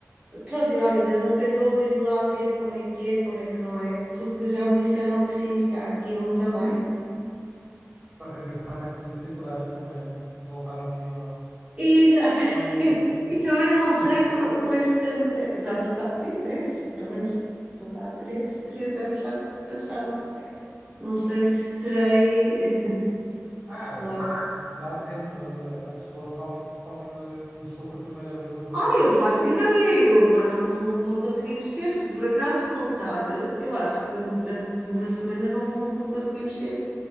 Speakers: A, on the right (about 20°); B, on the right (about 35°).
A: pronto, e olha, ainda não calhou ir lá ver como é que é, como é que não é, porque já me disseram que sim, que há aqui um também.
B: Para regressar é preciso ter coragem também, né? Voltar ali ao,
A: E, exatamente,
B: ao início.
A: <laughs> e também não sei com, com estes anos, eh, já passaram, sim, três, pelo menos estou cá há três, três anos já passaram. Não sei se terei
B: Ah,
A: <laughs> logo.
B: dá, dá sempre, mas a, a pessoa sofre, sofre como se fosse a primeira vez outra
A: Ah,
B: vez.
A: eu faço ideia, eu quase que não vou conseguir mexer. Se por acaso voltar, eu acho que durante uma semana não vou, vou conseguir mexer.